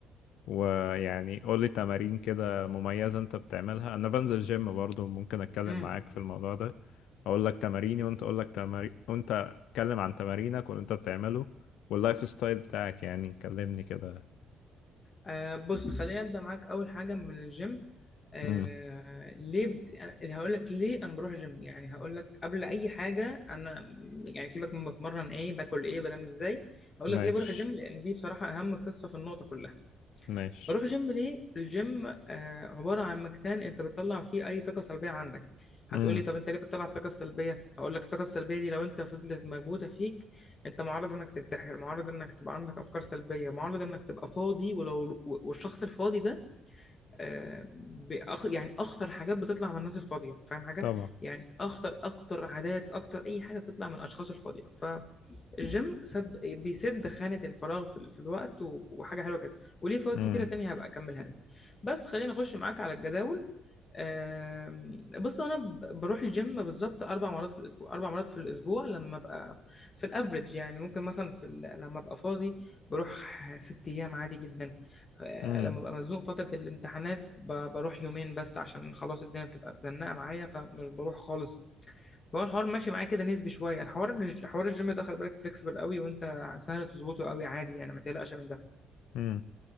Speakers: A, on the left; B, on the left.
A: ويعني قولي تمارين كده مميزة انت بتعملها انا بنزل جيم برضو ممكن اتكلم
B: امم
A: معاك في الموضوع ده اقول لك تماريني وانت اقول لك تمارين وانت اتكلم عن تمارينك واللي انت بتعمله واللايف ستايل بتاعك يعني كلمني كده
B: آه بص خليني ابدا معاك اول حاجه من الجيم آه
A: امم
B: ليه ب... أنا هقول لك ليه انا بروح الجيم يعني هقول لك قبل اي حاجه انا يعني سيبك من بتمرن ايه باكل ايه بنام ازاي هقول
A: ماشي
B: لك ليه بروح الجيم لان دي بصراحه اهم قصه في النقطه كلها
A: ماشي
B: بروح جيم ليه؟ الجيم آه عبارة عن مكان أنت بتطلع فيه أي طاقة سلبية عندك، هتقولي
A: امم
B: طب أنت ليه بتطلع الطاقة السلبية؟ هقول لك الطاقة السلبية دي لو أنت فضلت مكبوتة فيك أنت معرض إنك تنتحر، معرض إنك تبقى عندك أفكار سلبية، معرض إنك تبقى فاضي ولو والشخص الفاضي ده آه بأخ... يعني أخطر حاجات بتطلع من الناس الفاضية، فاهم حاجة؟
A: طبعا
B: يعني أخطر أكتر عادات أكتر أي حاجة بتطلع من الأشخاص الفاضية، الجيم سد بيسد خانة الفراغ في, ال- في الوقت و- وحاجة حلوة جدا وليه فوائد
A: امم
B: كتيرة تانية هبقى أكملها لك بس خلينا أخش معاك على الجداول آم، بص أنا ب- بروح الجيم بالظبط أربع مرات في الأسبوع أربع مرات في الأسبوع لما أبقى في الأفريج يعني ممكن مثلا في ال- لما أبقى فاضي بروح ست أيام عادي جدا آه،
A: امم
B: لما ببقى مزنوق فترة الامتحانات ب- بروح يومين بس عشان خلاص الدنيا بتبقى مزنقة معايا فمش بروح خالص فهو الحوار ماشي معاه كده نسبي شويه الحوار الج- حوار الجيم ده خلي بالك فليكسبل قوي وانت سهل تظبطه قوي عادي يعني ما تقلقش من ده
A: امم